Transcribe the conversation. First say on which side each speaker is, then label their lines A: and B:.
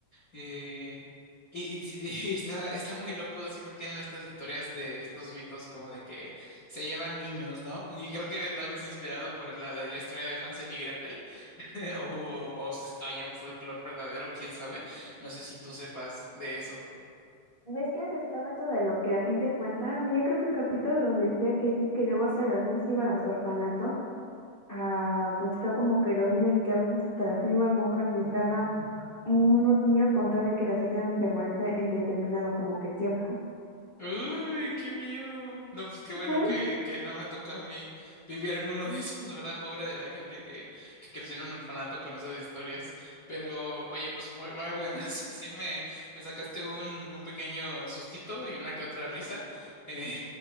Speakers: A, on the left (about 55°); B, on the left (about 90°).
A: Eh, y, y- <laughs> y- está, está muy loco, siempre tienen estas historias de estos mitos como de que se llevan niños, ¿no? Y creo que tal vez inspirado por la, de- la historia de Hansel y Gretel, <laughs> o, o si haya un folclore verdadero, quién sabe. No sé si tú sepas de eso.
B: ¿Ves que antes estaba esto de lo que la gente cuenta? Había creo que un capítulo donde decía que sí, que luego hasta las monjas iban a los orfanatos a buscar como que los niños y que a veces hasta las mismas monjas les daban unos niños con tal de que las dejaran de molestar en determinado como que tiempo.
A: Uy, qué miedo. No, pues qué bueno
B: Ujú.
A: que, que no me tocó a mí vivir en uno de esos, ¿verdad? Pobre de la gente que, que creció en un orfanato con esas historias. Pero, oye, pues muy, muy buenas. <laughs> Sí, me, me sacaste un, un pequeño sustito y una que otra risa eh,